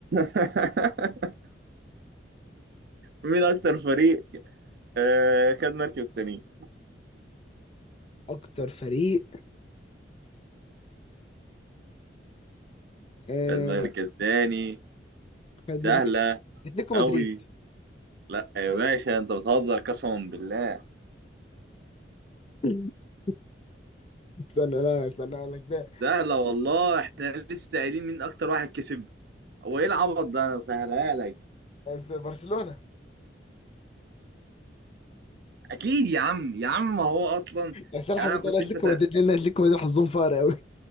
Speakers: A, on the right; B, on the left.
A: <laughs> مين أكتر فريق آه خد مركز تاني؟
B: اكتر فريق آه،
A: خد مركز تاني
B: خد
A: سهلة
B: مركز اتلتيكو مدريد
A: أوي لا يا باشا أنت بتهزر قسما بالله
B: <laughs> استنى لا لا، استنى اقول لك ده
A: سهلة والله احنا لسه قايلين مين اكتر واحد كسب هو ايه العبط ده انا سهلها لك
B: بس برشلونه
A: اكيد يا عم يا عم ما هو اصلا
B: بس انا
A: يعني
B: حبيت
A: انا كنت
B: اقول اتلتيكو
A: انت سأ...
B: مدريد لان اتلتيكو مدريد حظهم فقر قوي